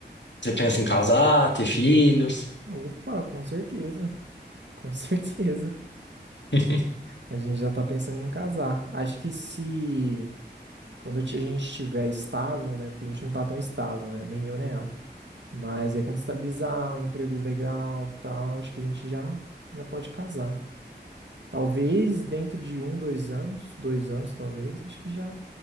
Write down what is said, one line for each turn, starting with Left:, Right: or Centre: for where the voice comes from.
Left: Você pensa em casar, ter filhos?
Right: Opa, com certeza. Com <laughs> certeza.
Left: <laughs>
Right: A gente já tá pensando em casar. Acho que se quando ti- a gente estiver estável, né? Porque a gente não tá tão estável, né? Nem eu, nem ela. Mas aí quando estabilizar um emprego legal, tal, acho que a gente já já pode casar. Talvez dentro de um, dois anos, dois anos talvez, acho que já